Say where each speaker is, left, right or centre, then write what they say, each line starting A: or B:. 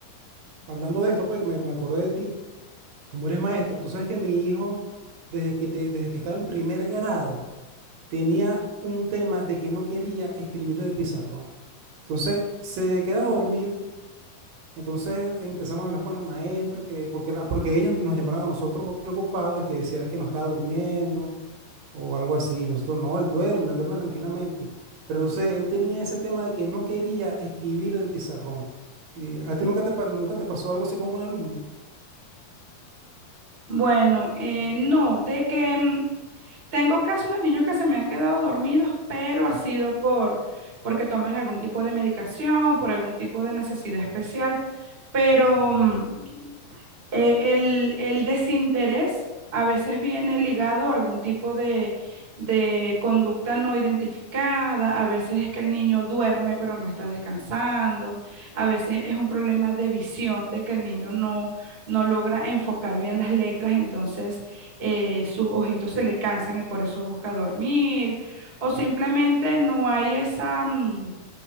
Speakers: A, on the right (about 70°); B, on the right (about 50°).
A: hablando de esto, pues me, me acordé de ti, como eres maestra, tú sabes que mi hijo, desde que, te- desde que estaba en primer grado, tenía un tema de que no quería escribir del pizarrón. Entonces se quedaba dormido. Entonces empezamos a hablar con la maestra, que, porque, la, porque ellas nos llamaron a nosotros pre- preocupados de que decían que no estaba durmiendo o algo así. Y nosotros, no, él duerme, él duerme tranquilamente. Pero entonces él tenía ese tema de que no quería escribir del pizarrón. ¿Y a ti nunca te, pa- nunca te pasó algo así con un alumno?
B: Bueno, eh, no, de que mm, Tengo casos de niños que se me han quedado dormidos, pero ha sido por porque toman algún tipo de medicación, por algún tipo de necesidad especial, pero mm, eh, el, el desinterés a veces viene ligado a algún tipo de, de conducta no identificada, a veces es que el niño duerme pero no está descansando, a veces es un problema de visión de que el niño no, no logra enfocar bien las letras, entonces eh, sus ojitos se le cansan y por eso busca dormir, o simplemente no hay esa, mm,